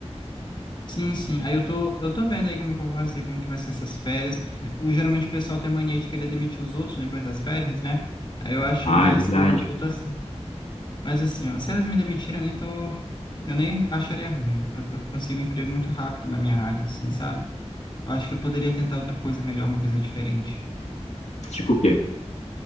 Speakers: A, on the left; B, on the left.
A: Sim, sim. Aí eu tô, eu tô vendo aí como é que eu vou fazer, como que vai ser essas férias. O, geralmente o pessoal tem mania de querer demitir os outros depois das férias, né? Aí eu acho,
B: Ah,
A: mas
B: é verdade.
A: eu, eu tô assim. Mas assim, ó, se elas me demitirem, eu nem tô. Eu nem acharia ruim. Eu, eu- eu consigo um emprego muito rápido na minha área, assim, sabe? Eu acho que eu poderia tentar outra coisa melhor, uma coisa diferente.
B: Tipo o quê?